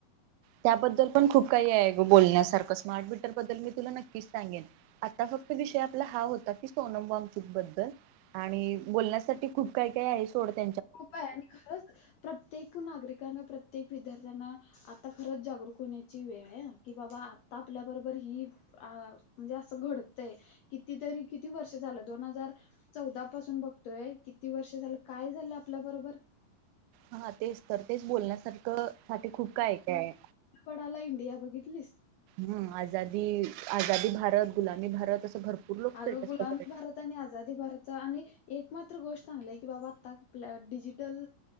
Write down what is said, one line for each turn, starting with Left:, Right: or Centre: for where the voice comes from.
Right: त्याबद्दल पण खूप काही आहे ग बोलण्यासारखं, स्मार्ट मीटर बद्दल मी तुला नक्कीच सांगेन. आता फक्त विषय आपला हा होता की सोनम वामचूक बद्दल आणि बोलण्यासाठी खूप काय काय आहे सोडत
Left: खूप आहे आणि खरंच प्रत्येक नागरिकना प्रत्येक विद्यार्थ्यांना आता खरंच जागरूक होण्याची वेळ आहे. कि बाबा आता आपल्याबरोबर ही म्हणजे असं घडतंय किती तरी किती वर्ष झालं दोन हजार चौदा पासून बघतोय किती वर्ष झालं काय झालं आपलं बरोबर?
Right: हा तेच तर तेच बोलण्यासारखं साठी खूप काय काय आहे.
Left: वडाला इंडिया बघितलीस?
Right: हम्म, आझादी -आझादी भारत, गुलामी भारत, असं भरपूर लोक स्टेटस
Left: आग गुलामी
Right: वगैरे
Left: भारत त्यांनी आजादी भारतचा आणि एक मात्र गोष्ट चांगलाय की बाबा आता - डिजिटल